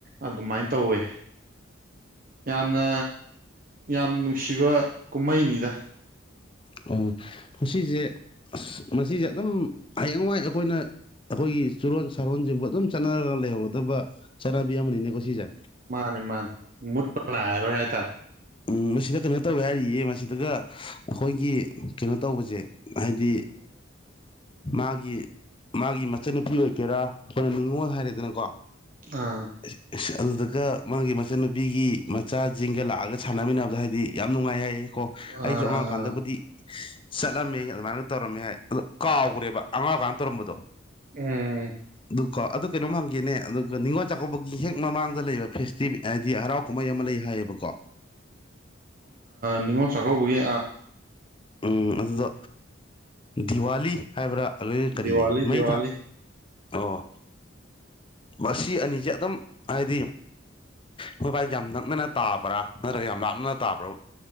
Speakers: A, on the right; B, on the left.
A: ꯑꯗꯨꯃꯥꯏꯅ ꯇꯧꯋꯦ ꯌꯥꯝꯅ ꯌꯥꯝ ꯅꯨꯡꯁꯤꯕ ꯀꯨꯝꯍꯩꯅꯤꯗ
B: ꯎꯝ ꯁꯤꯁꯦ ꯑꯁ꯭ꯍ ꯃꯥꯁꯤꯁꯦ꯫ ꯑꯗꯨꯝ ꯍꯌꯦꯡꯋꯥꯏ ꯑꯩꯈꯣꯏꯅ ꯑꯩꯈꯣꯏꯒꯤ ꯆꯨꯔꯣꯟ ꯁꯥꯔꯣꯟꯁꯤꯡꯕꯨ ꯑꯗꯨꯝ ꯆꯠꯅꯔꯒ ꯂꯩꯍꯧꯒꯗꯕ ꯆꯠꯅꯕꯤ ꯑꯃꯅꯤꯅꯦꯀꯣ ꯁꯤꯁꯦ
A: ꯃꯥꯅꯦ ꯃꯥꯅꯦ ꯃꯨꯠ ꯄꯂ ꯍꯥꯏꯔꯣ ꯌꯥꯏ ꯇꯔ
B: ꯎꯝ ꯃꯁꯤꯗ ꯀꯩꯅꯣ ꯇꯧꯋꯦ ꯍꯥꯏꯔꯤꯌꯦ ꯃꯁꯤꯗꯒ ꯑꯩꯈꯣꯏꯒꯤ ꯀꯩꯅꯣ ꯇꯧꯕꯁꯦ ꯍꯥꯏꯗꯤ ꯃꯥꯒꯤ ꯃꯥꯒꯤ ꯃꯆꯟꯅꯨꯄꯤ ꯑꯣꯏꯒꯦꯔꯥ ꯑꯩꯈꯣꯏꯅ ꯅꯤꯡꯅꯤꯉꯣꯜ ꯍꯥꯏꯔꯦꯗꯅꯀꯣ ꯑꯦꯁ
A: ꯑꯥ
B: ꯑꯁꯦ꯫ ꯑꯗꯨꯗꯨꯒ ꯃꯥꯒꯤ ꯃꯆꯟꯅꯨꯄꯤꯒꯤ ꯃꯆꯥꯁꯤꯡꯒ ꯂꯥꯛꯑꯒ ꯁꯥꯟꯅꯃꯤꯟꯅꯕꯗ ꯍꯥꯏꯗꯤ ꯌꯥꯝ ꯅꯨꯡꯉꯥꯏ ꯍꯥꯏ ꯀꯣ
A: ꯑꯥ
B: ꯑꯩꯁꯨ ꯑꯉꯥꯡ ꯀꯥꯟꯗꯕꯨꯗꯤ ꯆꯠꯂꯝꯃꯤ ꯑꯗꯨꯃꯥꯏꯅꯒ ꯇꯧꯔꯝꯃꯤ ꯍꯥꯏ ꯑꯣ ꯀꯥꯎꯈ꯭ꯔꯦꯕ ꯑꯉꯥꯎꯀꯥꯟꯅ ꯇꯧꯔꯝꯕꯗꯣ
A: ꯎꯝ
B: ꯑꯗꯨ ꯀꯣ ꯑꯗꯨ ꯀꯩꯅꯣꯝ ꯍꯪꯒꯦꯅꯦ ꯑꯗꯨꯒ ꯅꯤꯡꯉꯣꯜ ꯆꯥꯛꯀꯧꯕꯒꯤ ꯍꯦꯛ ꯃꯃꯥꯡꯗ ꯂꯩꯕ ꯐꯦꯁꯇꯤꯕ ꯍꯥꯏꯗꯤ ꯍꯔꯥꯎ ꯀꯨꯝꯍꯩ ꯑꯃ ꯂꯩ ꯍꯥꯏꯌꯦꯕꯀꯣ
A: ꯃꯤꯉ ꯆꯥꯀꯥ ꯒꯗꯦ
B: ꯎꯝ ꯑꯗꯨꯗ ꯗꯤꯋꯥꯂꯤ ꯍꯥꯏꯕ꯭ꯔꯥ ꯑꯗꯨ ꯀꯔꯤꯌꯦ
A: ꯗꯤꯋꯥꯂꯤ
B: ꯃꯩ
A: ꯗꯤꯋꯥꯂꯤ
B: ꯊ ꯑꯣ ꯃꯁꯤ ꯑꯅꯤꯁꯦ ꯑꯗꯨꯝ ꯍꯥꯏꯗꯤ ꯃꯣꯏꯕꯥꯥꯏꯁꯦ ꯌꯥꯝ ꯅꯛꯅꯅ ꯇꯥꯕ꯭ꯔꯥ ꯅꯠꯇ꯭ꯔꯒ ꯌꯥꯝ ꯂꯥꯞꯅꯅ ꯇꯥꯕ꯭ꯔꯥ